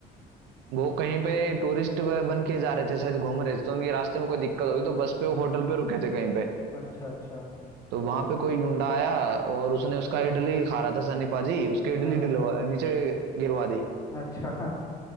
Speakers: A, on the right; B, on the left.
A: वो कहीं पे टूरिस्ट बन के जा रहे थे शायद घूम रहे थे तो उनके रास्ते में कोई दिक्कत हो गई तो बस पे वो होटल पे रुके थे कहीं पे
B: अच्छा अच्छा
A: तो वहां पे कोई गुंडा आया और उसने उसका इडली खा रहा था सन्नी पाजी उसके इडली
B: हाँ
A: डलवा नीचे गिरवा दी
B: अच्छा <laughs>